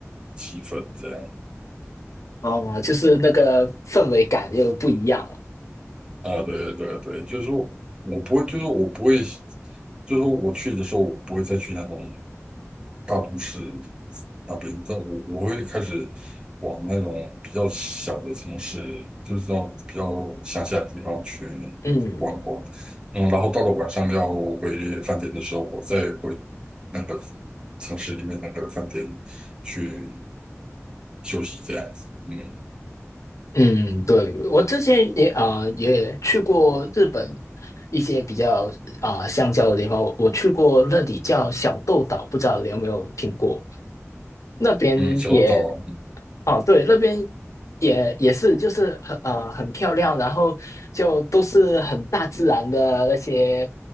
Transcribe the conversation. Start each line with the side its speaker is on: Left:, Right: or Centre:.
Right: 气氛，这样。
Left: 哦，就是那个氛围感又不一样了。
Right: 啊，对对对，就是说我不会，就是我不会，就是说我去的时候，我不会再去那种大都市那边，但我我会开始往那种比较小的城市，就是到比较乡下的地方去逛逛。
Left: 嗯
Right: 嗯，然后到了晚上要回饭店的时候，我再回那个城市里面那个饭店去休息，这样子。嗯
Left: 嗯，对，我之前也啊、呃也去过日本一些比较啊、呃乡郊的地方，我我去过那里叫小豆岛，不知道你有没有听过？那边也
Right: 嗯，小鹿岛啊，嗯
Left: 哦，对，那边也也是，就是很呃很漂亮，然后就都是很大自然的那些